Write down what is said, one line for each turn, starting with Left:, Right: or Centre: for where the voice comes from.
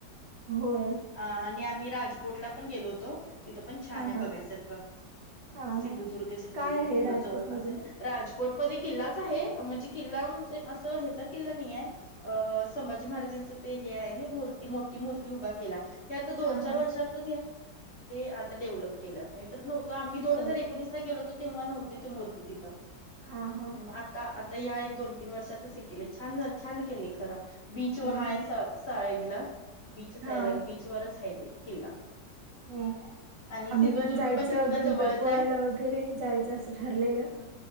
Right: होय.
Left: अ आणि आम्ही राजकोटला पण गेलो होतो तिथं. पण छान
Right: हा
Left: आहे
Right: हा
Left: बघायसारखं
Right: हा
Left: सिंधुदुर्ग
Right: हा
Left: ती
Right: काय आहे
Left: तिथ
Right: राजकोट
Left: जवळपास
Right: मधून
Left: हाय. राजकोटमध्ये किल्लाच आहे म्हणजे किल्ला म्हणजे असं ह्याचा किल्ला नाही आहे. अ संभाजी महाराजांचं ते हे आहे मूर्ती मोठी मूर्ती उभा केला हे आता दोन
Right: हा
Left: चार
Right: हा
Left: वर्षात. आता डेव्हलप केलात नाही तर नव्हत आम्ही दोन
Right: होय
Left: हजार एक. एकोणीसला गेलो होतो तेव्हा नव्हती तिथ मूर्ती तिथं
Right: हा हा
Left: अ भात. आता आता या एक दोन तीन वर्षातच हे केले छान छान केले खरं बीच व
Right: हम्म
Left: हाय
Right: हम्म
Left: स''--'' साईड ला बीचच
Right: हा
Left: यायलागे बीचवरच आहे ते किल्ला.
Right: हो.
Left: आणि
Right: आम्ही
Left: सिंधुदुर्ग
Right: पण जायच
Left: तिथनं
Right: गणपती
Left: जवळच
Right: पोळला
Left: आहे.
Right: वगैरे जायचं असं ठरलेलं.
Left: हम्म.